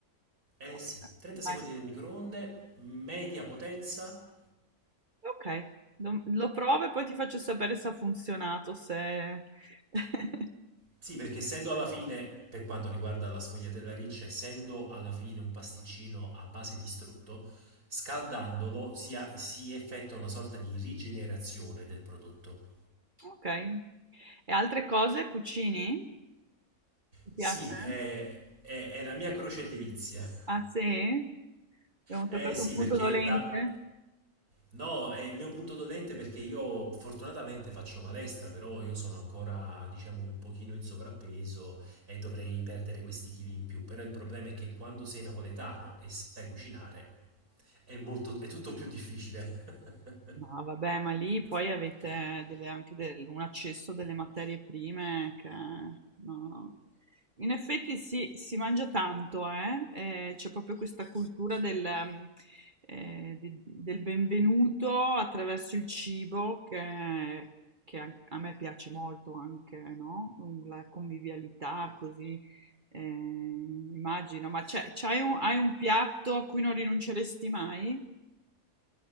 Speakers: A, on the right; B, on the right.
A: Eh
B: Ok,
A: sì, 30 secondi
B: dai.
A: nel microonde, media potenza,
B: Ok. Lo, lo provo e poi ti faccio sapere se ha funzionato, se... <laughs>
A: Sì, perché essendo alla fine, per quanto riguarda la sfogliatella riccia, essendo alla fine un pasticcino a base di strutto, scaldandolo si, ha- si effettua una sorta di rigenerazione del prodotto.
B: Ok. E altre cose cucini? Ti
A: Sì,
B: piace?
A: è, è- è la mia croce e delizia.
B: Ah, sì? Abbiamo
A: Eh
B: toccato
A: sì,
B: un punto
A: perché
B: dolente?
A: da No, è il mio punto dolente perché io fortunatamente faccio palestra, però io sono ancora, diciamo, un pochino in sovrappeso e dovrei perdere questi chili in più. Però il problema è che quando sei napoletano e sai cucinare, è molto, è tutto più difficile. <laughs>
B: No, vabbè, ma lì poi avete delle- anche del- un accesso delle materie prime che... No, no. In effetti sì, si mangia tanto, eh? Eh, c'è proprio questa cultura del, ehm, eh, di- del benvenuto attraverso il cibo che, che a, a me piace molto anche, no? La convivialità così, eh, immagino. Ma c'è- c'hai un- hai un piatto a cui non rinunceresti mai?